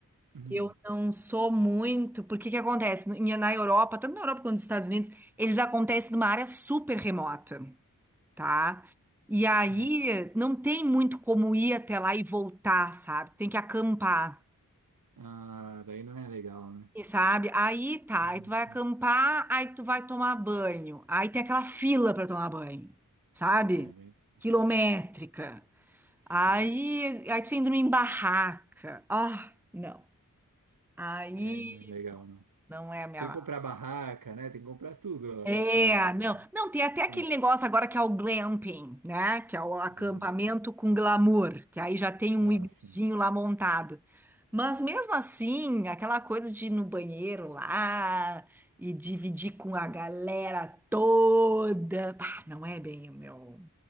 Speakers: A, on the right; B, in the centre.
A: Uhum.
B: Eu não sou muito, porque que acontece? No- em- Na Europa, tanto na Europa quanto nos Estados Unidos, eles acontecem numa área super remota, tá? E aí
A: É,
B: não tem muito como ir até lá e voltar, sabe? Tem que acampar,
A: ah, daí não é legal, né?
B: e sabe? Aí tá,
A: Uhum.
B: aí tu vai acampar, aí tu vai tomar banho. Aí tem aquela fila para tomar banho, sabe?
A: É, le-
B: Quilométrica.
A: legal. Sim,
B: Aí, aí tu indo em barraca. Ah, não. Aí
A: é, não é legal, não.
B: não é a minha
A: Tem que comprar barraca, né? Tem que comprar tudo lá,
B: É,
A: praticamente.
B: não. Não, tem até aquele
A: É,
B: negócio agora que é o glamping, né? Que é o acampamento
A: bem-
B: com glamour, que aí já tem um
A: Ah,
B: igluzinho
A: sim.
B: lá montado. Mas mesmo assim, aquela coisa de ir no banheiro lá e dividir com a galera toda, bah, não é bem o meu,